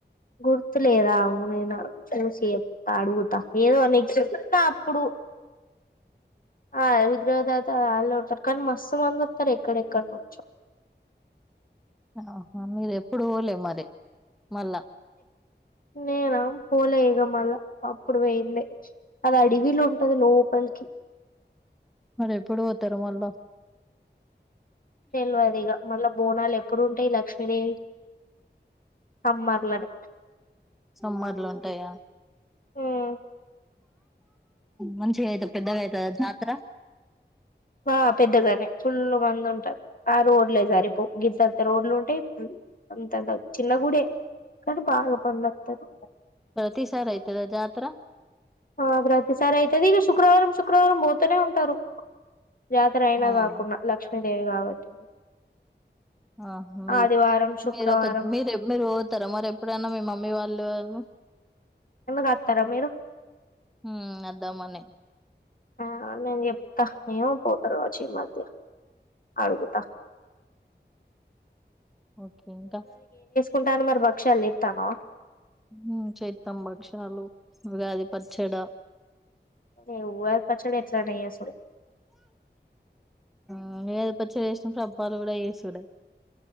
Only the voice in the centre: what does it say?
ఆహా మీది ఎప్పుడు పొలే మరి మళ్ళా
మరి ఎప్పుడు పోతరు మళ్ళా.
సమ్మార్ల ఉంటయా.
మంచిగా అయిత పెద్దగా అయితదా జాతర.
ప్రతిసారి అయితదా జాతర
అవునా
ఆ మీ
మీరు ఒక మీరు మీరు పోతారా మరి ఎప్పుడన్నా మీ మమ్మీ వా లోళ్ళు
మ్మ్ అద్దాం అనే.
ఓకే ఇంకా
హ్మ్ చెత్తం భక్ష్యాలు, ఉగాది పచ్చడ.
అ ఇగ ఉగాది పచ్చడి చేసినప్పుడు అప్పాలు కూడ చేసుడే.